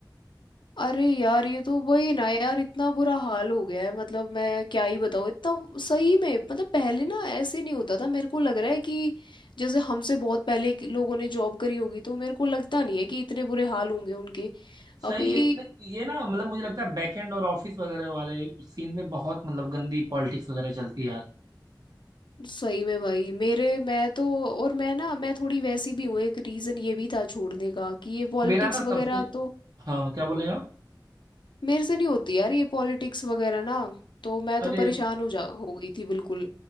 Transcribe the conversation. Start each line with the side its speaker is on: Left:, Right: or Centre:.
Left: अरे यार ये तो वही ना यार इतना बुरा हाल हो गया है मतलब मैं क्या ही बताऊँ इतना सही में मतलब पहले ना ऐसे नहीं होता था मेरे को लग रहा है कि जैसे हमसे बहुत पहले के लोगों ने जॉब करी होगी तो मेरे को लगता नहीं है कि इतने बुरे हाल होंगे उनके
Right: सही
Left: अभी
Right: है न- ये ना मतलब मुझे लगता है बैकएंड और ऑफिस वगैरह वाले सीन में बहुत मतलब गंदी पॉलिटिक्स वगैरह चलती है यार
Left: सही में भाई मेरे मैं तो और मैं ना मैं थोड़ी वैसी भी हूँ एक रीज़न ये भी था छोड़ने का कि ये पॉलिटिक्स
Right: मेरा ना सबसे
Left: वगैरह तो
Right: हाँ क्या बोले आप
Left: मेरे से नहीं होती यार ये पॉलिटिक्स वगैरह ना तो मैं
Right: अरे
Left: तो परेशान हो जा हो गई थी बिल्कुल